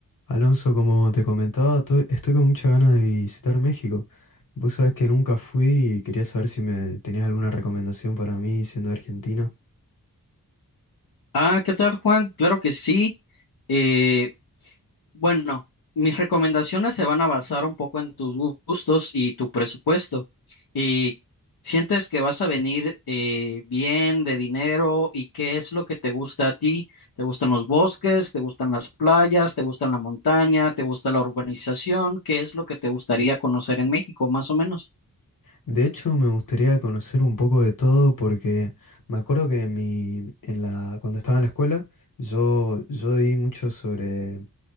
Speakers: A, on the left (about 60°); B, on the left (about 75°).
A: Alonso, como te comentaba, to- estoy con muchas ganas de visitar México. Vos sabés que nunca fui y quería saber si me tenías alguna recomendación para mí siendo de Argentina.
B: Ah, ¿qué tal, Juan? Claro que sí. Eh, bueno, mis recomendaciones se van a basar un poco en tus gu- gustos y tu presupuesto. Eh, ¿sientes que vas a venir eh, bien de dinero y qué es lo que te gusta a ti? ¿Te gustan los bosques? ¿Te gustan las playas? ¿Te gustan la montaña? ¿Te gusta la urbanización? ¿Qué es lo que te gustaría conocer en México, más o menos?
A: De hecho, me gustaría conocer un poco de todo porque me acuerdo que en mi, en la, cuando estaba en la escuela, yo, yo di mucho sobre,